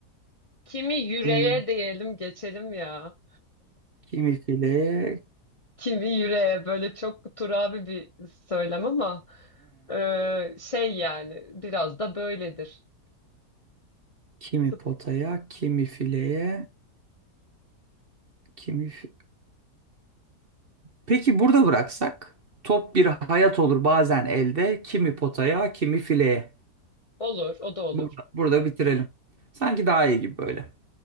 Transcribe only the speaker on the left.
Kimi yüreğe
diyelim geçelim ya.
Kimi yüreğe böyle çok turabi bir söylem ama ee, şey yani biraz da böyledir.
Fut-
Olur, o da olur.